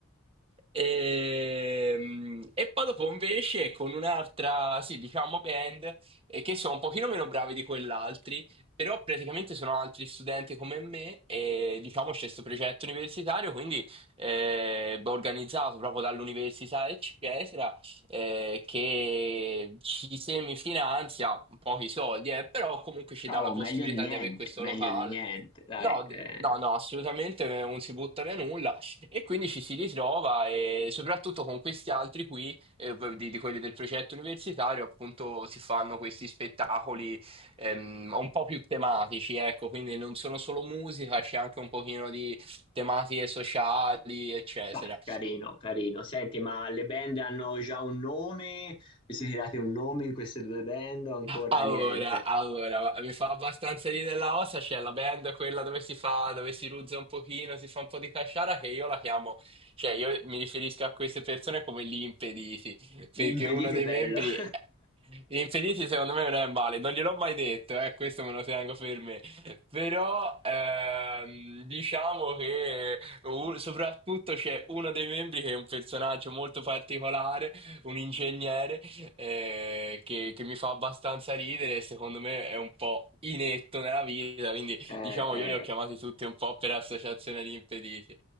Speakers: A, on the right; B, on the left.
A: Ehm, E, poi dopo invece con un'altra, sì, diciamo band, eh, che sono un pochino meno bravi di quell'altri, però praticamente sono altri studenti come me e diciamo c'è questo progetto universitario, quindi eh, organizzato proprio dall'università, eccetera eh, che ci semifinanzia pochi soldi, eh, però comunque ci
B: No,
A: dà la
B: meglio
A: possibilità
B: di niente,
A: di avere questo
B: meglio
A: locale.
B: di niente, dai.
A: No,
B: eh.
A: d- no, no, assolutamente eh, non si butta via nulla e quindi ci si ritrova e soprattutto con questi altri qui, eh, di, di quelli del progetto universitario, appunto si fanno questi spettacoli ehm, un po' più tematici, ecco, quindi non sono solo musica, c'è anche un pochino di tematiche sociali, eccetera.
B: Dai, carino, carino. Senti, ma le band hanno già un nome? Vi siete dati un nome in queste due band o ancora
A: Allora,
B: niente?
A: allora, mi fa abbastanza ridere la ossa, c'è la band quella dove si fa, dove si ruzza un pochino, si fa un po' di casciara, che io la chiamo, cioè io mi riferisco a queste persone come gli impediti,
B: Gli
A: perché
B: impediti
A: uno dei
B: bello.
A: membri,
B: <laughs>
A: gli impediti secondo me non è male, non gliel'ho mai detto, eh, questo me lo tengo per me, però ehm, diciamo che u- soprattutto c'è uno dei membri che è un personaggio molto particolare, un ingegnere eh, che, che mi fa abbastanza ridere e secondo me è un po' inetto nella vita, quindi
B: Eh,
A: diciamo
B: eh,
A: io li ho chiamati tutti un po' per associazione di impediti.